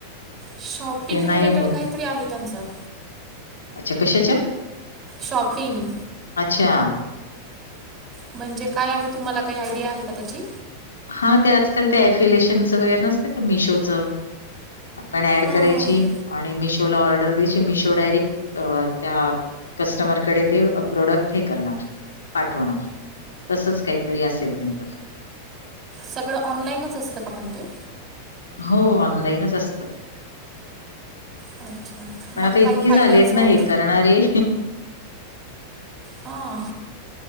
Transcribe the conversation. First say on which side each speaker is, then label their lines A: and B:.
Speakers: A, on the right; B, on the left.
A: शॉपिंग
B: ते नाही
A: रिलेटेड
B: होत
A: काहीतरी आहे त्यांचं.
B: अच्छा कशाच्या?
A: शॉपिंग
B: अच्छा.
A: म्हणजे काय आहे? तुम्हाला काय आयडिया आहे का त्याची?
B: हा, ते आजकाल ते अफिलेशनचं वगैरे नसतं का? मिशोचं आपण ऍड
A: हां
B: करायची,
A: हां हां
B: आणि मिशोला ऑर्डर द्यायची, मिशो डायरेक्ट अ त्या कस्टमरकडे, ते प्रोडक्ट हे करणार, पाठवणार,, तसंच काहीतरी असेल नाहीतर,
A: सगळं ऑनलाईनच असतं का पण ते?
B: हो ऑनलाईनच असतं.
A: अच्छा
B: पण
A: मग
B: आता इतके
A: काही फायद्याचं
B: झालेत ना हे करणारे,,,
A: हा,